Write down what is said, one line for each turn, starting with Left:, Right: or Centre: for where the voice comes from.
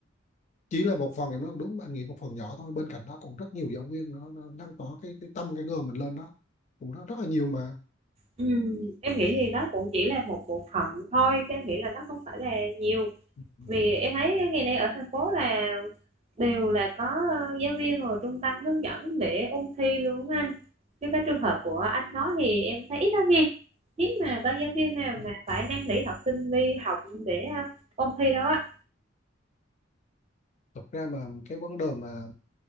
Left: chỉ là một phần em nói đúng anh nghĩ một phần nhỏ thôi bên cạnh đó còn rất nhiều giáo viên nó, nó lan tỏa cái cái tâm cái ngờ mình lên đó cũng rất, rất là nhiều mà
Right: Ừ, em nghĩ thì đó cũng chỉ là một bộ phận thôi, cái nghĩ là nó không phải là nhiều.
Left: Ừ.
Right: vì em thấy ngày nay ở thành phố là đều là có ờ, giáo viên rồi trung tâm hướng dẫn để ôn thi luôn á anh chứ cái trường hợp của anh nói thì em thấy ít lắm nghe hiếm mà có giáo viên nào
Left: Ừ.
Right: mà phải năn nỉ học sinh đi học để ờ, ôn thi đâu á
Left: thật ra mà cái vấn đề mà